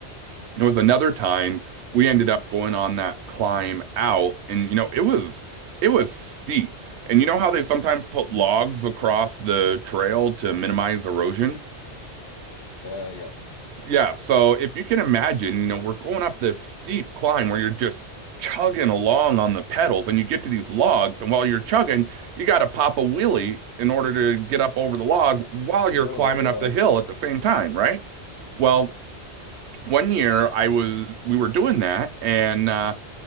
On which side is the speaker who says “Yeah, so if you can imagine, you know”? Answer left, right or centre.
Right